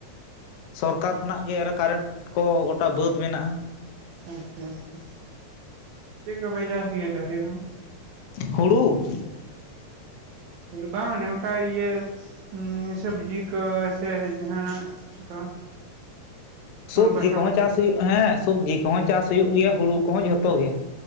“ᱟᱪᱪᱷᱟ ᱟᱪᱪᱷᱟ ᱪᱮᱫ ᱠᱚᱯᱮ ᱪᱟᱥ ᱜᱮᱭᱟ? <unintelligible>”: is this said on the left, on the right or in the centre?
Right